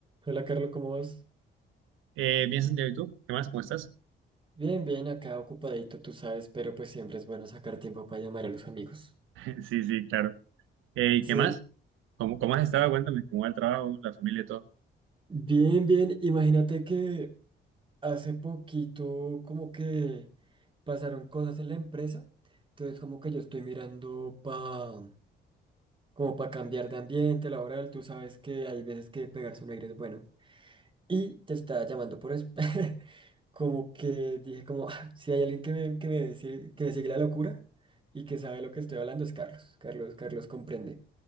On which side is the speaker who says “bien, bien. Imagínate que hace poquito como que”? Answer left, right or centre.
Right